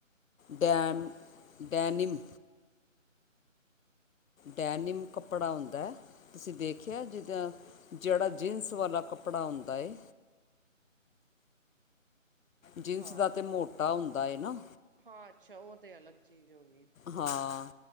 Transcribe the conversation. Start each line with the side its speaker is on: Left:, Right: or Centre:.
Left: ਡੈਮ ਡੈਨੀਮ ਡੈਨਮ ਕੱਪੜਾ ਹੁੰਦਾ ਹੈ। ਤੁਸੀਂ ਦੇਖਿਆ ਜਿੱਦਾਂ, ਜਿਹੜਾ ਜੀਨਸ ਵਾਲਾ ਕੱਪੜਾ ਹੁੰਦਾ ਏ। ਜੀਨਸ
Right: ਹਾਂ
Left: ਦਾ ਤਾਂ ਮੋਟਾ ਹੁੰਦਾ ਏ ਨਾ,
Right: ਹਾਂ ਅੱਛਾ, ਉਹ ਤੇ ਅਲੱਗ ਚੀਜ਼ ਹੋ ਗਈ।
Left: ਹਾਂ,